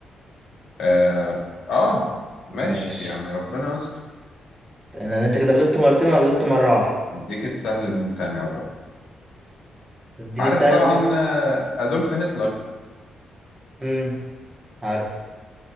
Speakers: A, on the left; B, on the right.
A: آه, آه ماشي
B: ماشي
A: يعني ربنا يستر
B: انا انت كده غلطت مرتين وانا غلطت مرة واحدة
A: اديك السهل الممتنع بقى
B: اديني
A: عارف
B: سهل
A: طبعا آه، أدولف هتلر
B: امم عارف